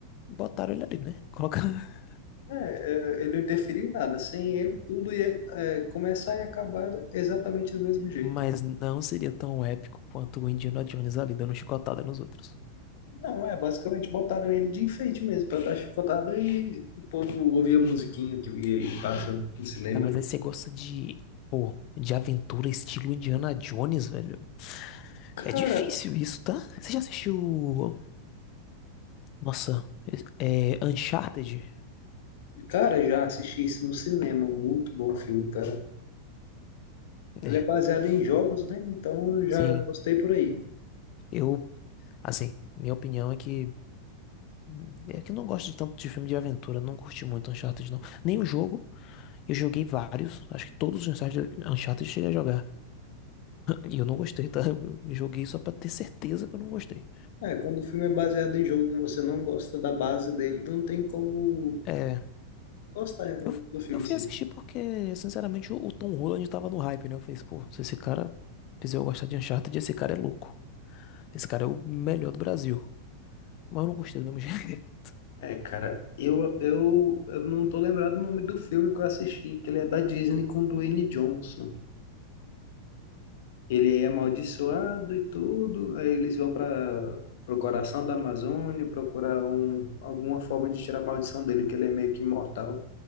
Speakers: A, on the left; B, on the left.
A: Botaram ele ali, né? Coloca... <laughs>
B: É, é, ele não interferiu em nada. Sem ele, tudo ia é, começar e acabar exatamente do mesmo jeito.
A: Mas não seria tão épico quanto o Indiana Jones ali dando chicotada nos outros.
B: Não, é, basicamente botaram ele de enfeite mesmo, pra dar chicotada e o povo ouvia a musiquinha que ia e passa no cinema.
A: Tá, mas
B: né?
A: aí você gosta de, pô, de aventura estilo Indiana Jones, velho.
B: Cara,
A: É difícil isso, tá? Você já assistiu, nossa, é é Uncharted?
B: cara, já assisti isso no cinema, muito bom filme, cara. Ele
A: É,
B: é baseado em jogos, né? Então eu já
A: sim.
B: gostei por aí.
A: Eu, assim, minha opinião é que Hum, É que eu não gosto de tanto de filme de aventura, não curti muito Uncharted, não. Nem o jogo, eu joguei vários, acho que todos os Uncharted, Uncharted eu cheguei a jogar. E eu não gostei, tá? Eu joguei só pra ter certeza que eu não gostei.
B: É, quando o filme é baseado em jogo e você não gosta da base dele, não tem como
A: É,
B: gostar
A: eu,
B: do filme
A: eu fui
B: em si.
A: assistir porque, sinceramente, o, o Tom Holland tava no hype, né? Eu falei, pô, se esse cara fizer eu gostar de Uncharted, esse cara é louco. Esse cara é o melhor do Brasil. Mas eu não gostei do mesmo <laughs> jeito.
B: É, cara, eu, eu, eu não tô lembrado o nome do filme que eu assisti, que ele é da Disney com o Dwayne Johnson. Ele é amaldiçoado e tudo. Aí eles vão para o coração da Amazônia procurar um, alguma forma de tirar a maldição dele, que ele é meio que imortal.